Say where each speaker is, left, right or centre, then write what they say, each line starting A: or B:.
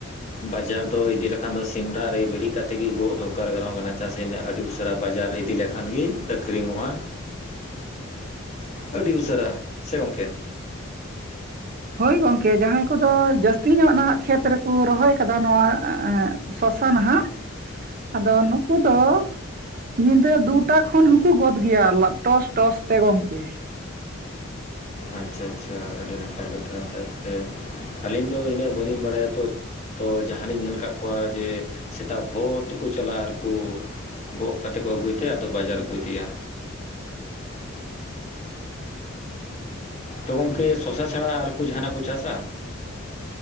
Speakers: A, on the left (about 35°); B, on the right (about 45°).
A: ᱵᱟᱡᱟᱨ ᱫᱚ ᱤᱫᱤ ᱞᱮᱠᱷᱟᱱ ᱫᱚ ᱥᱤᱢᱨᱟᱜ ᱨᱮ ᱵᱮᱨᱮᱫ ᱠᱟᱛᱮᱫ ᱜᱮ ᱜᱚᱫ ᱫᱚᱨᱠᱟᱨ ᱜᱟᱱᱚᱜ ᱠᱟᱱᱟ ᱪᱟᱥ ᱟᱹᱰᱤ ᱩᱥᱟᱹᱨᱟ ᱵᱟᱡᱟᱨ ᱨᱮ ᱤᱫᱤ ᱞᱮᱠᱷᱟᱱ ᱜᱮ ᱟᱹᱠᱷᱨᱤᱧᱚᱜ-ᱟ᱾
B: <inaudible>
A: ᱟᱹᱰᱤ ᱩᱥᱟᱹᱨᱟ ᱥᱮ ᱜᱚᱢᱠᱮ᱾
B: ᱦᱳᱭ ᱜᱚᱢᱠᱮ ᱡᱟᱦᱟᱸᱭ ᱠᱚᱫᱚ ᱡᱟᱹᱥᱛᱤ ᱧᱚᱜ ᱱᱟᱦᱟᱜ ᱠᱷᱮᱛ ᱨᱮᱠᱚ ᱨᱚᱦᱚᱭ ᱠᱟᱫᱟ ᱱᱚᱣᱟ ᱮᱸᱜ ᱥᱚᱥᱟᱱ ᱱᱟᱦᱟᱜ ᱟᱫᱚ ᱱᱩᱠᱩ ᱫᱚ ᱧᱤᱫᱟᱹ ᱫᱩᱴᱟ ᱠᱷᱚᱱ ᱦᱚᱸᱠᱚ ᱜᱚᱫ ᱜᱮᱭᱟ ᱞᱟ ᱴᱚᱥ ᱴᱚᱥ ᱛᱮ ᱜᱚᱢᱠᱮ᱾
A: ᱟᱪᱪᱷᱟ ᱟᱪᱪᱷᱟ ᱟᱹᱰᱤ ᱱᱟᱯᱟᱭ ᱪᱮᱫᱟᱜ ᱥᱮ ᱟᱹᱞᱤᱧ ᱫᱚ ᱤᱱᱟᱹᱜ ᱵᱟᱹᱞᱤᱧ ᱵᱟᱲᱟᱭᱟ ᱛᱚ᱾ ᱛᱚ ᱡᱟᱦᱟᱸᱞᱤᱧ ᱧᱮᱞ ᱟᱠᱟᱫ ᱠᱚᱣᱟ ᱡᱮ ᱥᱮᱛᱟᱜ ᱵᱷᱳᱨ ᱛᱮᱠᱚ ᱪᱟᱞᱟᱜ-ᱟ ᱟᱨ ᱠᱩ ᱜᱚᱫ ᱠᱟᱛᱮᱫ ᱠᱚ ᱟᱹᱜᱩᱭ ᱛᱮ ᱟᱫᱚ ᱵᱟᱡᱟᱨ ᱨᱮᱠᱚ ᱤᱫᱤᱭᱟ᱾ ᱛᱚ ᱜᱚᱝᱠᱮ ᱥᱚᱥᱟ ᱪᱷᱟᱲᱟ ᱟᱨᱠᱩ ᱡᱟᱦᱟᱱᱟᱜ ᱠᱚ ᱪᱟᱥᱟ?